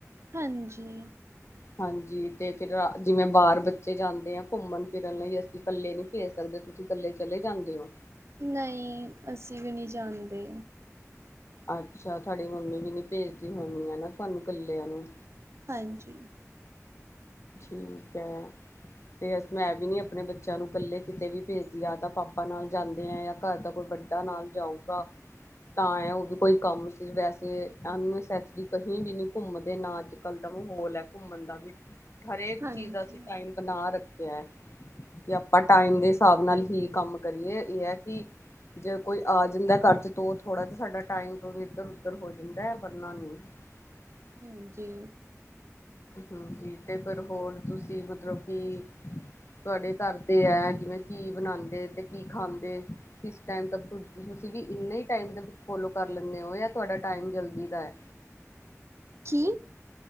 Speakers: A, on the right; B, on the left.
A: ਹਾਂਜੀ।
B: ਹਾਂਜੀ। ਤੇ ਫੇਰ ਜਿਵੇਂ ਬਾਹਰ ਬੱਚੇ ਜਾਂਦੇ ਆ। ਘੁੰਮਣ, ਫਿਰਨ ਲਈ ਅਸੀਂ ਕਲੇ ਨਹੀਂ ਭੇਜ ਸਕਦੇ। ਕਲਲੇ ਚਲੇ ਜਾਂਦੇ ਹੋ।
A: ਨਹੀਂ- ਅਸੀਂ ਵੀ ਨਹੀਂ ਜਾਂਦੇ।
B: ਅੱਛਾ, ਤੁਹਾਡੀ ਮੰਮੀ ਵੀ ਨੀ ਭੇਜਦੀ ਹੋਣੀ। ਹੈਨਾ। ਤੁਹਾਨੂੰ ਕੱਲਿਆਂ ਨੂੰ।
A: ਹਾਂਜੀ।
B: ਠੀਕ ਹੈ। ਤੇ ਮੈਂ ਵੀ ਨਹੀਂ -ਆਪਣੇ ਬੱਚਿਆਂ ਨੂੰ ਕੱਲੇ ਕਿਤੇ ਵੀ ਭੇਜਦੀ। ਯਾ ਤਾਂ ਪਾਪਾ ਨਾਲ ਜਾਂਦੇ ਐ, ਜਾਂ ਘਰ ਦਾ ਕੋਈ। ਵੱਡਾ ਨਾਲ ਜਾਊਗਾ। ਤਾਂ ਹੈ। ਉਹ ਵੀ ਕੋਈ ਕੰਮ ਸੀ, ਵੈਸੇ ਅੰਨੇਸਸਰੀ ਕਹੀ ਵੀ ਨੀ ਘੁੰਮਦੇ। ਨਾ ਅੱਜ ਕੱਲ ਦਾ, ਮਾਹੌਲ ਹੈ ਘੁੰਮਣ ਦਾ ਵੀ। ਹਰੇਕ
A: ਹਾਂਜੀ।
B: ਚੀਜ਼ ਦਾ ਅਸੀਂ ਟਾਈਮ ਬਣਾ ਰੱਖਿਆ ਹੈ। ਕਿ ਆਪਾਂ, ਟਾਈਮ ਦੇ ਹਿਸਾਬ- ਨਾਲ ਹੀ ਕੰਮ ਕਰੀਏ ਇਹ ਹੈ ਕਿ, ਜੇ ਕੋਈ ਆ ਜਾਂਦਾ। ਘਰ ਚ ਤੋ ਥੋੜਾ ਜਾਂ, ਸਾਡਾ ਟਾਈਮ ਇੱਧਰ- ਉੱਧਰ ਹੋ, ਜਾਂਦਾ ਵਰਨਾ ਨਹੀਂ। <unintelligible>
A: ਹਾਂਜੀ।
B: ਹਾਂਜੀ। ਤੇ ਫਿਰ ਹੋਰ, ਤੁਸੀਂ ਮਤਲਬ ਕਿ। ਤੁਹਾਡੇ ਘਰ ਤੇ ਹੈ, ਜਿਵੇਂ ਕੀ ਬਣਾਦੇ ਤੇ, ਕੀ ਖਾਂਦੇ, ਕਿਸ ਟਾਈਮ ਤਕ। ਕਿ ਇੰਨੇ ਹੀ ਟਾਈਮ ਦੇ ਵਿੱਚ, ਫੋਲੋ ਕਰ ਲੈਂਨੇ ਹੋ, ਜਾਂ ਤੁਹਾਡਾ ਟਾਈਮ ਜਲਦੀ ਦਾ ਐ।
A: ਕੀ?